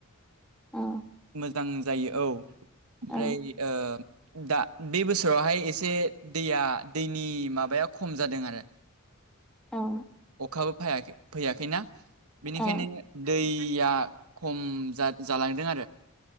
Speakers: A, in the centre; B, on the right.
A: औ
B: मोजां जायो औ ओमफ्राय
A: औ
B: ओ दा बे बोसोरावहाय एसे दैया दैनि माबाया खम जादों आरो
A: औ
B: खाबो फायाखै फैयाखैना बिनिखायनो
A: औ
B: दैया खम जालांदों आरो